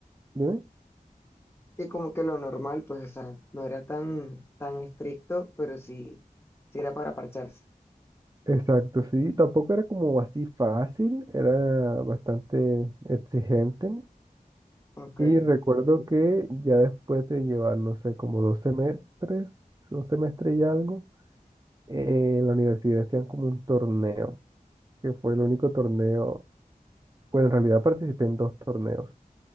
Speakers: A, on the right; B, on the left.
A: dime.
B: que como que lo normal, pues, o sea, no era tan, tan estricto, pero sí, sí era para parcharse.
A: Exacto, sí, tampoco era como así fácil, era bastante exigente.
B: Ok.
A: Y recuerdo que ya después de llevar, no sé, como dos semestres, un semestre y algo, eh, en la universidad hacían como un torneo, que fue el único torneo, bueno, en realidad participé en dos torneos.